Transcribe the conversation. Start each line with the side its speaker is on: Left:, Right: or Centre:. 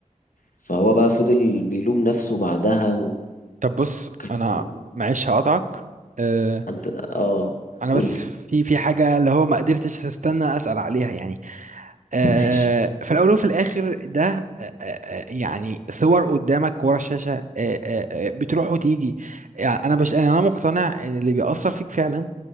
Left: فهو بقى فضل بيلوم نفسه بعدها
Right: طب بص
Left: وكان
Right: انا معلش هقطعك أه
Left: انت اه
Right: انا
Left: قول
Right: بس
Left: لي
Right: في في حاجه اللي هو ما قدرتش استنى اسال عليها يعني أه
Left: <laughs> ماشي
Right: في الاول وفي الاخر ده أه أه آه، يعني صور قدامك ورا الشاشه أه أه آه، بتروح وتيجي يعني انا بش يعني انا مقتنع ان اللي بيأثر فيك فعلا